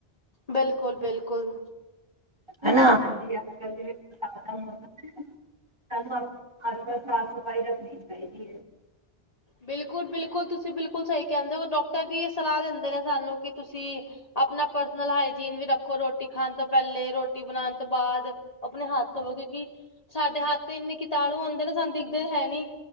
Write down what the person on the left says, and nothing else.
ਬਿਲਕੁਲ-ਬਿਲਕੁਲ।
ਬਿਲਕੁਲ-ਬਿਲਕੁਲ ਤੁਸੀਂ ਬਿਲਕੁਲ ਸਹੀ ਕਹਿੰਦੇ ਹੋ। ਡਾਕਟਰ ਵੀ ਇਹ ਸਲਾਹ ਦਿੰਦੇ ਨੇ ਸਾਨੂੰ ਕਿ ਤੁਸੀਂ? ਆਪਣਾ ਪਰਸਨਲ ਹਾਈਜੀਨ ਵੀ ਰੱਖੋ। ਰੋਟੀ ਖਾਣ ਤੋਂ ਪਹਿਲੇ ਰੋਟੀ ਬਣਾਉਣ ਤੋਂ ਬਾਅਦ। ਆਪਣੇ ਹੱਥ ਧੋਵੇ ਕਿਉਂਕਿ। ਸਾਡੇ ਹੱਥ ਤੇ ਇੰਨੇ ਕੀਟਾਣੂ ਹੁੰਦੇ ਨੇ। ਸਾਨੂੰ ਦਿਖਦੇ ਤੇ ਹੈ ਨੀ।